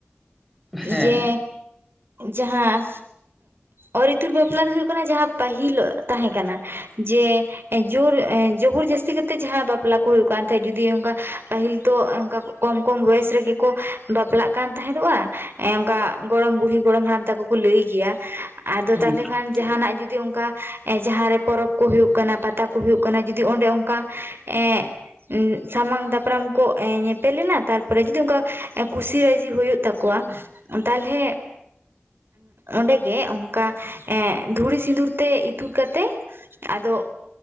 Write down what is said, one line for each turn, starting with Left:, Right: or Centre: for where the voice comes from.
Centre: ᱦᱮᱸ
Right: ᱡᱮ ᱡᱟᱦᱟᱸ ᱚᱨ ᱤᱛᱩᱛ ᱵᱟᱯᱞᱟ ᱫᱚ ᱦᱩᱭᱩᱜ ᱠᱟᱱᱟ ᱡᱟᱦᱟᱸ ᱯᱟᱹᱦᱤᱞ ᱛᱟᱦᱮᱸ ᱠᱟᱱᱟ ᱡᱮ ᱡᱳᱨ <unintelligible> ᱩᱚᱨ ᱡᱟᱹᱥᱛᱤ ᱠᱟᱛᱮᱫ ᱡᱟᱦᱟᱸ ᱵᱟᱯᱞᱟ ᱠᱚ ᱦᱩᱭᱩᱜ ᱠᱟᱱ ᱛᱟᱦᱮᱸᱫ ᱡᱩᱫᱤ ᱚᱱᱠᱟ ᱯᱟᱹᱦᱤᱞ ᱛᱚ ᱚᱱᱠᱟ ᱠᱚᱢ ᱠᱚᱢ ᱵᱚᱭᱮᱥ ᱨᱮᱜᱮ ᱠᱚ ᱵᱟᱯᱞᱟᱜ ᱠᱟᱱ ᱛᱟᱦᱮᱸᱫᱚᱜᱼᱟ ᱚᱱᱠᱟ ᱜᱚᱲᱚᱢ ᱵᱩᱲᱦᱤ ᱜᱚᱲᱚᱢ ᱦᱟᱲᱟᱢ ᱛᱟᱠᱚ ᱠᱚ ᱞᱟᱹᱭ ᱜᱮᱭᱟ ᱟᱫᱚ
Centre: ᱦᱩᱸ
Right: ᱛᱟᱦᱚ ᱞᱮ ᱠᱷᱟᱱ ᱡᱟᱦᱟ ᱱᱟᱜ ᱡᱩᱫᱤ ᱡᱩᱫᱤ ᱚᱱᱠᱟ ᱡᱟᱦᱟᱸᱨᱮ ᱯᱚᱨᱚᱵᱽ ᱠᱚ ᱦᱩᱭᱩᱜ ᱠᱟᱱᱟ ᱯᱟᱛᱟ ᱠᱚ ᱦᱩᱭᱩᱜ ᱠᱟᱱᱟ ᱡᱚᱫᱤ ᱚᱱᱰᱮ ᱚᱱᱠᱟ ᱮᱸᱜ ᱥᱟᱢᱟᱝ ᱫᱟᱯᱨᱟᱢ ᱠᱚ ᱧᱮᱯᱮᱞᱮᱱᱟ ᱛᱟᱨ ᱯᱚᱨᱮ ᱡᱩᱫᱤ ᱚᱱᱠᱟ ᱠᱩᱥᱤ ᱨᱟᱹᱡᱤ ᱦᱩᱭᱩᱜ ᱛᱟᱠᱚᱣᱟ
Centre: <inaudible>
Right: ᱛᱟᱦᱚᱞᱮ ᱚᱸᱰᱮᱜᱮ ᱚᱱᱠᱟ ᱮᱜ ᱫᱷᱩᱲᱤ ᱥᱤᱸᱫᱩᱨ ᱛᱮ ᱤᱛᱩᱫ ᱠᱟᱛᱮ ᱟᱫᱚ